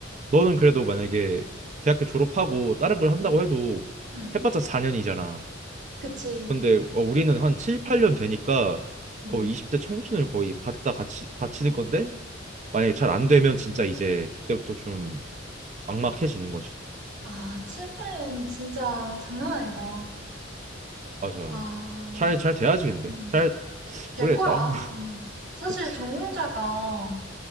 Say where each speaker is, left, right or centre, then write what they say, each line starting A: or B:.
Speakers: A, on the right; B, on the right.
A: 너는 그래도 만약에 대학교 졸업하고 다른 걸 한다고
B: 응,
A: 해도
B: 응.
A: 해봤자 4년이잖아.
B: 그치.
A: 근데 어, 우리는 한 7, 8년 되니까
B: 응.
A: 거의 20대 청춘을 거의 받다 같이 바치는 건데 만약에 잘 안 되면 진짜 이제 그때부터 좀 막막해지는 거지.
B: 아, 7, 8년 진짜 장난 아니다.
A: 맞아.
B: 아,
A: 잘, 잘 돼야지 근데.
B: 음,
A: 잘
B: 될
A: 모르겠다.
B: 거야.
A: <laughs>
B: 음. 사실
A: 그치.
B: 전공자가